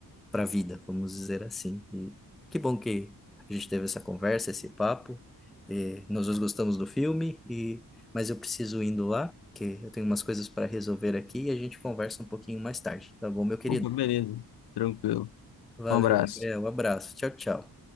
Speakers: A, in the centre; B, on the left.
A: para a vida, vamos dizer assim. E que bom que a gente teve essa conversa, esse papo. E nós dois gostamos do filme, e mas eu preciso indo lá, que eu tenho umas coisas para resolver aqui e a gente conversa um pouquinho mais tarde, tá bom, meu querido?
B: Opa, beleza, tranquilo.
A: Valeu,
B: Um abraço.
A: Gabriel. Um abraço. Tchau, tchau.